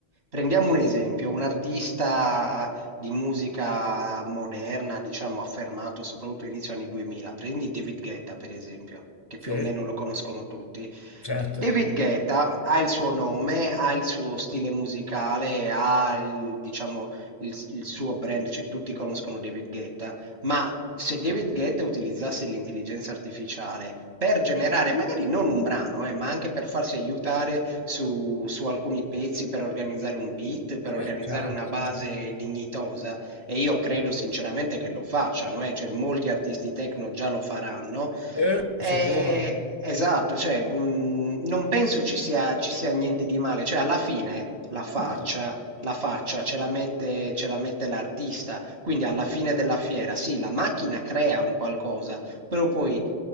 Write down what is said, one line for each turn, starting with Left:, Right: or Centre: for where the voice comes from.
Right: prendiamo un esempio, un artista di musica moderna, diciamo, affermato soprattutto inizio anni 2000. Prendi David Guetta, per esempio, che più
Left: sì,
Right: o meno lo conoscono tutti.
Left: certo.
Right: David Guetta ha il suo nome, ha il suo stile musicale, ha il, diciamo, il, il suo brand, cioè tutti conoscono David Guetta, ma se David Guetta utilizzasse l'intelligenza artificiale per generare, magari non un brano, eh, ma anche per farsi aiutare su, su alcuni pezzi, per organizzare un beat, per
Left: Vabbè,
Right: organizzare
Left: certo,
Right: una base
Left: certo.
Right: dignitosa, e io credo sinceramente che lo facciano, eh, cioè molti artisti techno già lo faranno.
Left: Eh,
Right: Eh,
Left: sicuro?
Right: esatto, cioè, mh, non penso ci sia, ci sia niente di male, cioè alla fine la faccia,
Left: Ma no,
Right: la faccia ce la mette, ce la mette l'artista. Quindi alla fine della fiera, sì, la macchina crea un qualcosa, però poi